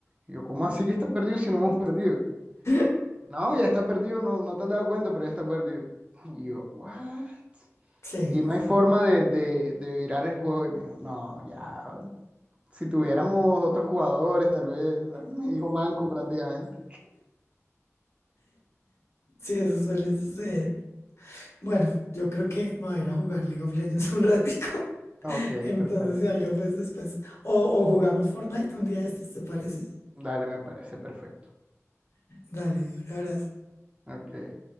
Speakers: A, on the right; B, on the left.
A: Y yo, ¿cómo así que está perdido si no hemos perdido?
B: <laughs>
A: No, ya está perdido, no, no te has dado cuenta, pero ya está perdido. Y yo, ¿what?
B: Sí,
A: Y no hay forma de, de, de virar el juego. Y me dijo, no, ya, Si tuviéramos otros jugadores, tal vez, o sea, <laughs> mi hijo manco prácticamente.
B: sí, eso suele suceder. Bueno, yo creo que me voy a ir a jugar League of Legends un ratico.
A: Ok,
B: <laughs> Entonces,
A: perfecto.
B: si algo, pues después. O, o jugamos Fortnite un día de estos, ¿te parece?
A: Dale, me parece perfecto.
B: Dale, un abrazo.
A: Ok.